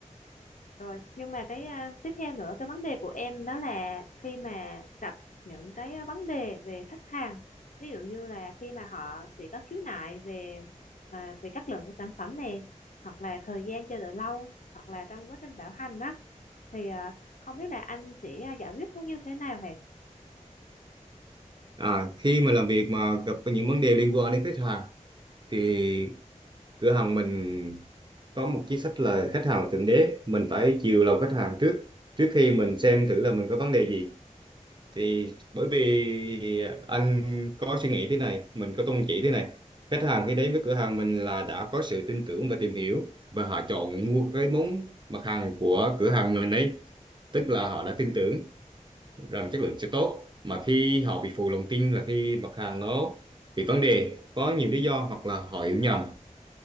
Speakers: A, on the left; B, on the right.
A: rồi nhưng mà cái à, tiếp theo nữa cái vấn đề của em đó là khi mà gặp những cái vấn đề về khách hàng ví dụ như là khi mà họ sẽ có khiếu nại về à, về chất lượng của sản phẩm này hoặc là thời gian chờ đợi lâu hoặc là trong quá trình bảo hành đó thì à, không biết là anh sẽ giải quyết nó như thế nào hề
B: À, khi mà làm việc mà gặp phải những vấn đề liên quan đến khách hàng thì cửa hàng mình có một chính sách là khách hàng là thượng đế mình phải chiều lòng khách hàng trước trước khi mình xem thử là mình có vấn đề gì thì bởi vì anh có suy nghĩ thế này mình có tôn chỉ thế này khách hàng khi đến với cửa hàng mình là đã có sự tin tưởng và tìm hiểu và họ chọn mua cái món mặt hàng của cửa hàng mình ấy tức là họ đã tin tưởng rằng chất lượng sẽ tốt mà khi họ bị phụ lòng tin là khi mặt hàng nó bị vấn đề có nhiều lý do hoặc là họ hiểu nhầm